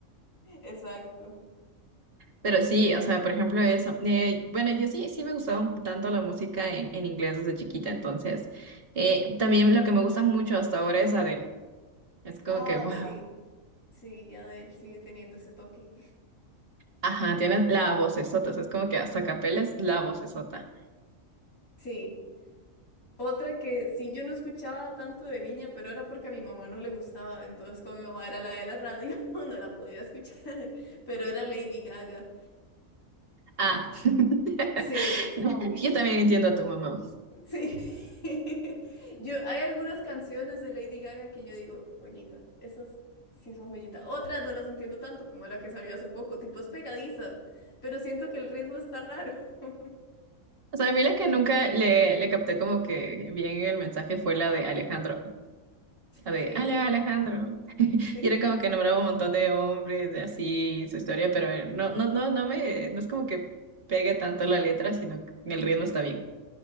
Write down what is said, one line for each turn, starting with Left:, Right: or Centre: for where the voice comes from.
Left: exacto.
Right: Pero sí, o sea, por ejemplo, eso. eh, bueno, yo sí, sí me gustaba un tanto la música en, en inglés desde chiquita, entonces. eh, también lo que me gusta mucho hasta ahora es Adele. Es como
Left: Ay,
Right: que, wow.
Left: sí, sí, Adele sigue teniendo ese toque.
Right: Ajá, tienes la vocesota, o sea, es como que hasta capela es la vocesota.
Left: Sí. Otra que sí yo no escuchaba tanto de niña, pero era porque a mi mamá no le gustaba, entonces como mi mamá era la de la radio, <laughs> no la podía escuchar, pero era Lady Gaga.
Right: Ah. <laughs>
Left: sí
Right: Yo también entiendo a tu mamá.
Left: Sí. <laughs> Yo, hay algunas canciones de Lady Gaga que yo digo, joyita. Esas sí son joyita. Otras no las entiendo tanto como la que salió hace poco, tipo es pegadiza, pero siento que el ritmo está raro. <laughs>
Right: O sea, a mí la que nunca le, le capté como que bien el mensaje fue la de Alejandro. la de
Left: Sí,
Right: Ale Alejandro. <laughs> Y
Left: sí,
Right: era como que nombraba un montón de hombres, de así, su historia, pero eh, no, no, no, no me, no es como que pegue tanto la letra, sino que el ritmo está bien.